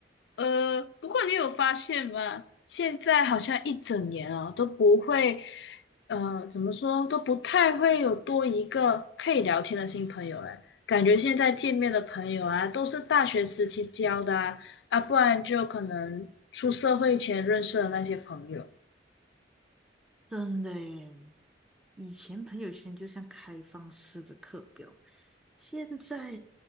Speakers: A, on the left; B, in the centre.
A: 呃，不过你有发现吗？现在好像一整年哦都不会，呃，怎么说都不太会有多一个可以聊天的新朋友哎，感觉现在见面的朋友啊，都是大学时期交的啊，啊，不然就可能出社会前认识的那些朋友。
B: 真的耶，以前朋友圈就像开放式的课表，现在